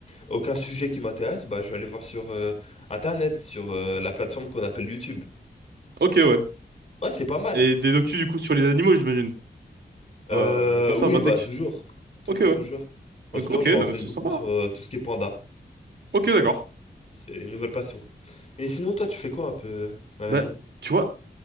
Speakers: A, on the left (about 40°); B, on the right (about 75°).
A: aucun sujet qui m'intéresse, bah, je vais aller voir sur euh, Internet, sur euh, la plateforme qu'on appelle YouTube.
B: Ok, ouais.
A: Ouais, c'est pas mal.
B: Et des docus, du coup, sur les animaux, j'imagine.
A: Euh,
B: Euh, comme
A: oui,
B: ça, basique.
A: bah toujours, toujours,
B: Ok, ouais.
A: toujours. En
B: Ok,
A: ce moment, je
B: euh,
A: me renseigne
B: c'est
A: beaucoup
B: sympa.
A: sur
B: hein.
A: euh, tout ce qui est panda.
B: Ok, d'accord.
A: C'est une nouvelle passion. Et sinon, toi, tu fais quoi un peu euh, dans
B: Bah,
A: la vie?
B: tu vois,